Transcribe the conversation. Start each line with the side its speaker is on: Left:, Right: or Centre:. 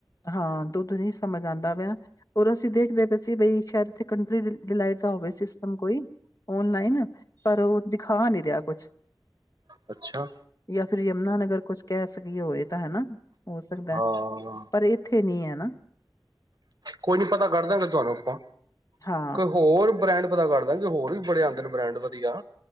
Left: ਹਾਂ ਦੁੱਧ ਨੀ ਸਮਝ ਆਂਦਾ ਪਿਆ। ਔਰ ਅਸੀਂ ਦੇਖਦੇ ਪਏ ਸੀ ਬਈ ਸ਼ਾਇਦ ਇਥੇ ਕੰਟਰੀ ਡਿਲਾਈਟ ਦਾ ਹੋਵੇ ਸਿਸਟਮ ਕੋਈ, ਓਨਲਾਈਨ ਪਰ ਉ ਦਿਖਾ ਨੀ ਰਿਆ ਕੁਛ
Right: ਅੱਛਾ।
Left: ਯਾ ਫਿਰ ਯਮੁਨਾ ਨਗਰ ਕੁਛ ਕੈ ਸਕੀਏ ਹੋਏ ਤਾਂ ਹਨਾ ਹੋ ਸਕਦੈ
Right: ਹਾਂ।
Left: ਪਰ ਏ-' ਇੱਥੇ ਨੀ ਏ ਨਾ।
Right: ਕੋਈ ਨੀ ਪਤਾ ਕਰ ਦਾਂਗੇ ਤੁਹਾਨੂੰ ਆਪਾਂ।
Left: ਹਾਂ।
Right: ਕੋਈ ਹੋਰ ਬ੍ਰੈਂਡ ਪਤਾ ਕਰਦਾਗੇ ਹੋਰ ਵੀ ਬੜੇ ਆਂਦੇ ਨੇ ਬ੍ਰੈਂਡ ਵਧੀਆ।